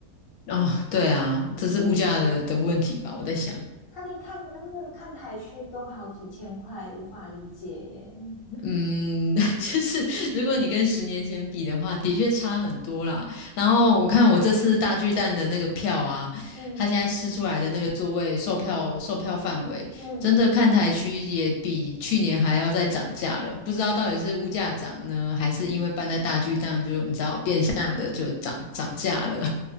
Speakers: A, on the left; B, on the left.
A: 哦，对啊，这是物价的的问题吧？我在想，
B: 他连看那那个看台区都好几千块，无法理解耶。
A: 嗯，<laughs> 就是如果你跟十年前比的话，的确差很多啦。然后我看我这次大巨蛋的那个票啊，
B: 嗯
A: 它现在试出来的那个座位售票售票范围，
B: 嗯
A: 真的看台区也比去年还要再涨价了。不知道到底是物价涨呢，还是因为搬在大巨蛋就你知道变相的就涨涨价了，